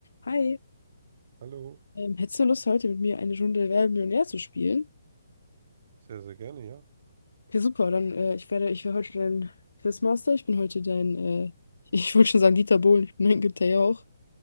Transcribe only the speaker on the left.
Hi,
ähm, hättest du Lust, heute mit mir eine Runde Wer wird Millionär zu spielen?
Okay, super, dann äh, ich werde, ich werde heute dein Quizmaster, ich bin heute dein, äh, <laughs> ich wollte schon sagen Dieter Bohlen, ich bin dein Günther Jauch.